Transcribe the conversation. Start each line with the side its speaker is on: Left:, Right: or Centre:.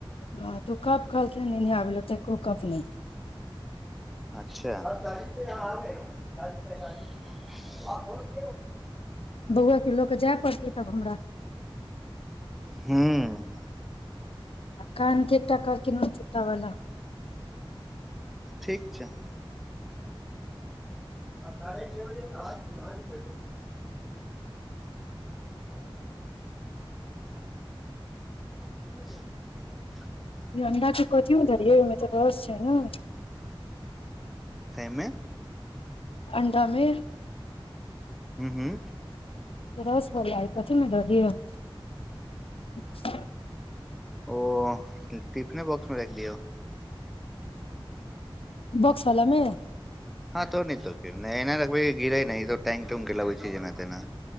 Left: हँ तो कप कहलखिन लेने आबै लए तऽ एको कप नहि
Centre: अच्छा <unintelligible>
Left: बौआके लऽ कऽ जाय पड़तै तब हमरा
Centre: हूँ
Left: कानके का एकटा चुटा बला
Centre: ठीक छै आ साढ़े छे बजे हथ ह बेैे <unintelligible> <unintelligible> <unintelligible>
Left: ई अंडा के कथि मे धरियै ओहिमे तऽ रस छै ने
Centre: सहिमे
Left: अण्डामे
Centre: हूँ हूँ
Left: रस वाला है क थी मे दऽ दियऽ <unintelligible>
Centre: ओ तऽ टिफिने बॉक्स मे राखि दियौ
Left: बक्सवलामे
Centre: हँ तऽ आओर नहि तऽ कि नहि एहिना र बै गिरै नहि तऽ ई सब टांगि टुंगि के लाबै छै जेना तेना